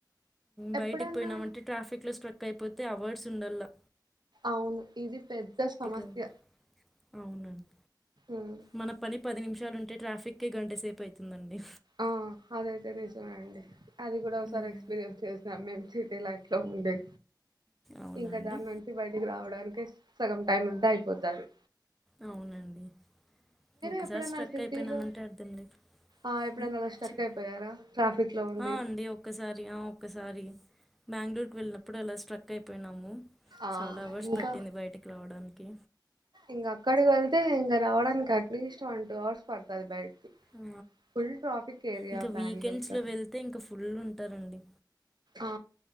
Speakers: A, in the centre; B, on the right.
A: బయటికి
B: ఎప్పుడన్నా
A: పోయినామంటే ట్రాఫిక్ లో స్ట్రక్ అయిపోతే అవర్డ్స్ ఉండల్లా
B: అవును ఇది పెద్ద సమస్య
A: రావాలి అవునండి
B: ఉమ్
A: మన పని పది నిమిషాలుంటే ట్రాఫిక్కిే గంట సేపు అవుతుందండి
B: ఆ అదైతే నిజమేనండి అది కూడా ఒకసారి
A: ఉమ్,
B: ఎక్స్పీరియన్స్ చేసినాం మేము సిటీ లట్ లో ఉండంది
A: అవునా
B: ఇంకా
A: అండి
B: దాని నుంచి బయటికి రావడానికి సగం టైమ్ అంతా అయిపోతుంది
A: అవునండి ఒకసారి
B: ఎప్పుడైనా
A: స్ట్రక్
B: సిటీలో
A: అయిపోయినామంటే అర్థం లేదు
B: ఆ ఎప్పుడైంద
A: ఉమ్,
B: అ స్ట్రక్ అయిపోయారా లో ఉండి
A: ఆ అండి ఒక్కసారి ఆ ఒక్కసారి బెంగళూరుకి వెళ్ళినప్పుడు అలా ట్రక్ అయిపోయినాము
B: ఆ
A: చాలా అవర్స్
B: ఇంకా
A: పట్టింది బయటికి రావడానికి.
B: ఇంగా అక్కడికి వెళ్ తే ఇంగ రావడానికి అట్లీస్ట్ వన్ టూ అవర్స్ పడుతది బయటకి
A: ఆ!
B: ఫుల్ ట్రాఫిక్ ఏరియా
A: ఇంకా
B: బ్యాంగ్లూరుత
A: వీకెండ్స్‌లో వెళ్తే ఇంకా ఫుల్ ఉంటారండి.
B: ఆ